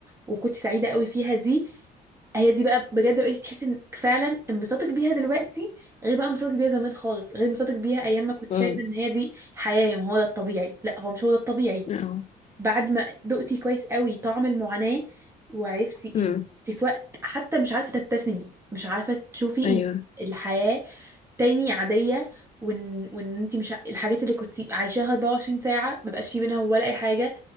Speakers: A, on the right (about 15°); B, on the left (about 40°).
A: وكنت سعيده قوي فيها دي هي دي بقى بجد بقيتي تحسي انك فعلا انبساطك بيها دلوقتي غير بقى انبساطك بيها زمان خالص غير انبساطك بيها ايام ما كنت
B: مم.
A: شايفه ان هي دي الحياه يعني ما هو ده الطبيعي لا هو مش هو ده الطبيعي
B: اه
A: بعد ما دقتي كويس قوي طعم المعاناة وعرفتي
B: مم.
A: ان انت في وقت حتى مش عارفة تبتسمي مش عارفة تشوفي
B: ايوه
A: ان الحياة تاني عادية وان وان انت مش الحاجات اللي كنت عايشاها 24 ساعة ما بقاش في منها ولا اي حاجة